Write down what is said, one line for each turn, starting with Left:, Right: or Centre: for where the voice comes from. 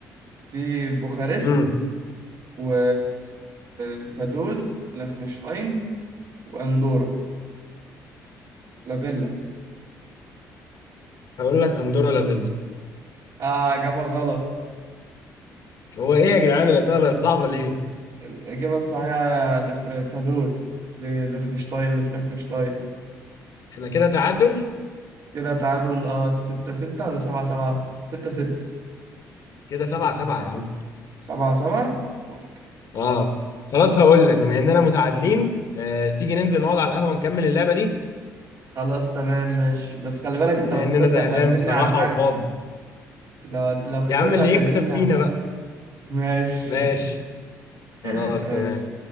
Right: في بوخارست
Left: امم
Right: و... وفادوز لافنشتاين وأندورا لافيلا
Left: هقول لك اندورا لافيل
Right: آه إجابة غلط
Left: هو ايه يا جدعان الاسئله بقت صعبه ليه
Right: الإجابة الصحيحة لخ... فادوس لخنشتاين لفليخنشتاين
Left: احنا كده تعادل
Right: كده تعادل اه ستة ستة ولا سبعة سبعة ستة ستة
Left: كده سبعة سبعة يا عم
Right: سبعة سبعة ممكن
Left: اه خلاص هقول لك بما اننا متعادلين آه تيجي ننزل نقعد على القهوه نكمل اللعبه دي
Right: خلاص تمام ماشي بس خلي بالك انت
Left: بما
Right: لو
Left: اننا
Right: خسرت
Left: زهقان
Right: هتعزمني
Left: بصراحه
Right: على حاجة
Left: وفاضي
Right: لو لو خسرت
Left: يا عم اللي
Right: هتعزمني
Left: يكسب فينا
Right: على حاجة
Left: بقى
Right: ماشي
Left: ماشي خلاص
Right: <laughs> ماشي
Left: تمام